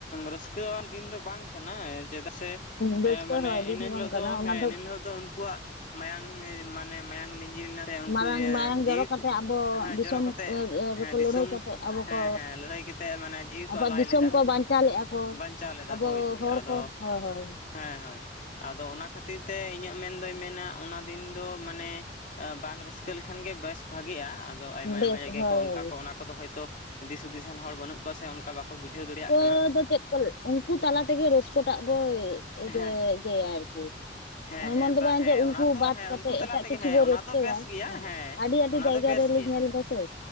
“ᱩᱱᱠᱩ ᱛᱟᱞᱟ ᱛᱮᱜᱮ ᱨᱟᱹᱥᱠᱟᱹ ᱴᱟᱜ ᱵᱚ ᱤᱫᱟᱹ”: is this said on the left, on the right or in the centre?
Left